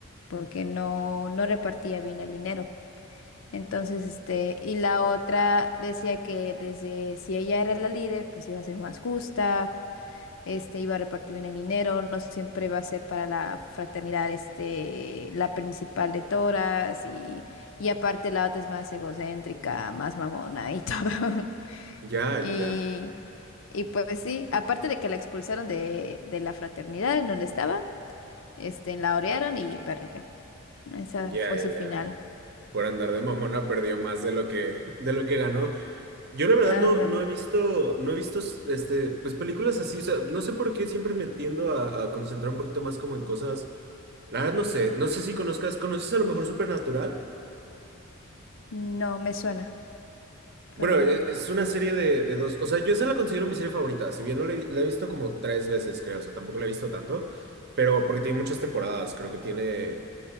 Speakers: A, on the left; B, on the right.
A: porque no, no repartía bien el dinero. Entonces, este, y la otra decía que desde si ella era la líder, pues iba a ser más justa, este, iba a repartir bien el dinero, no siempre va a ser para la fraternidad, este, la principal de todas y, y aparte la otra es más egocéntrica, más mamona y todo. <laughs>
B: Ya, ya,
A: Y, y pues sí, aparte de que la expulsaron de, de la fraternidad en donde estaba, este, la orearon y perdió. Esa
B: ya,
A: fue
B: ya.
A: su final.
B: ya. Por andar de mamona perdió más de lo que, de lo que ganó. Yo la verdad
A: Ándale.
B: no, no he visto, no he visto este, pues películas así, o sea, no sé por qué siempre me tiendo a, a concentrar un poquito más como en cosas. La verdad no sé, no sé si conozcas, ¿conoces a lo mejor Supernatural?
A: No, me suena, pero
B: Bueno, e-
A: no.
B: es una serie de, de dos, o sea, yo esa la considero mi serie favorita, si bien no la, he la he visto como tres veces, creo, o sea, tampoco la he visto tanto, pero porque tiene muchas temporadas, creo que tiene,